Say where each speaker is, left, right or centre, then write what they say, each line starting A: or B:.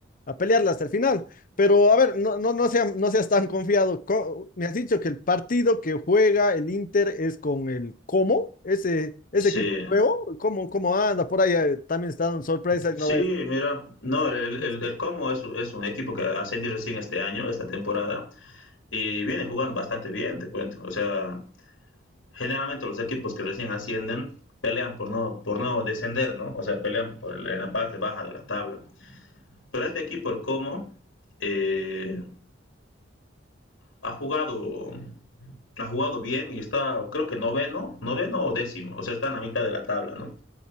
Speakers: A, on the left; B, on the left.
A: a pelearla hasta el final. Pero a ver, no, no, no, sea- no seas tan confiado. Co- Me has dicho que el partido que juega el Inter es con el cómo ese, ese
B: sí,
A: equipo es nuevo. ¿Cómo, cómo anda? Por ahí eh, también está dando sorpresa
B: Sí,
A: no vayas
B: mira, no,
A: a andar,
B: el,
A: pues.
B: el, el Como es, es un equipo que ascendió recién este año, esta temporada, y viene jugando bastante bien, te cuento. O sea, generalmente los equipos que recién ascienden pelean por no, por no descender, ¿no? O sea, pelean por, el- en la parte baja de la tabla. Pero este equipo, el Como, eh, ha jugado ha jugado bien y está creo que noveno, noveno o décimo, o sea, está en la mitad de la tabla, ¿no?